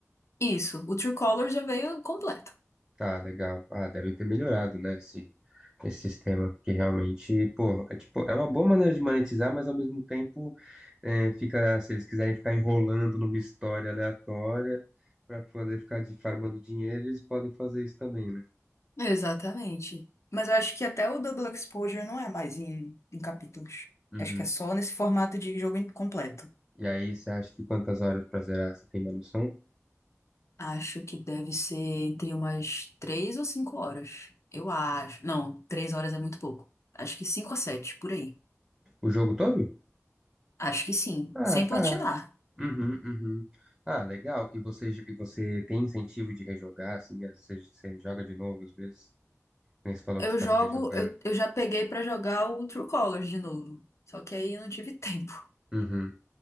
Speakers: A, on the left; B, in the centre.
A: Isso, o True Color já veio completo.
B: Tá, legal. Ah, devem ter melhorado, né? Esse, esse sistema, porque realmente, pô, é, tipo, é uma boa maneira de monetizar, mas ao mesmo tempo é, fica, se eles quiserem ficar enrolando numa história aleatória para poder ficar de, farmando dinheiro, eles podem fazer isso também, né?
A: Exatamente. Mas eu acho que até o Double Exposure não é mais em, em capítulos.
B: Uhum.
A: Acho que é só nesse formato de jogo in- completo.
B: E aí, você acha que quantas horas pra zerar? Você tem uma noção?
A: Acho que deve ser entre umas três ou cinco horas. Eu acho. Não, três horas é muito pouco. Acho que cinco a sete, por aí.
B: O jogo todo?
A: Acho que sim,
B: Ah,
A: sem
B: tá.
A: platinar.
B: Uhum, uhum. Ah, legal. E você, e você tem incentivo de rejogar, assim, às vezes você, você joga de novo às vezes? Nem você falou
A: Eu
B: que você estava
A: jogo,
B: rejogando.
A: eu, eu já peguei pra jogar o True Colors de novo. Só que aí eu não tive <laughs> tempo.
B: Uhum.